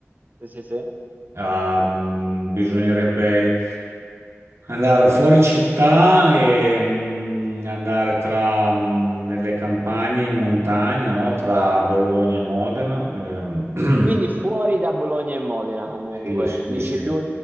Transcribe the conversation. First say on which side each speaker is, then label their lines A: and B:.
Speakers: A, on the right; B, on the right.
A: Sì, sì, sì.
B: Ehm, bisognerebbe andare fuori città e mm, andare tra, mm, nelle campagne in montagna, no? Tra Bologna e Modena. Ehm, <clears throat>
A: Quindi fuori da Bologna e Modena comunque,
B: sì, sì,
A: dici
B: sì.
A: più...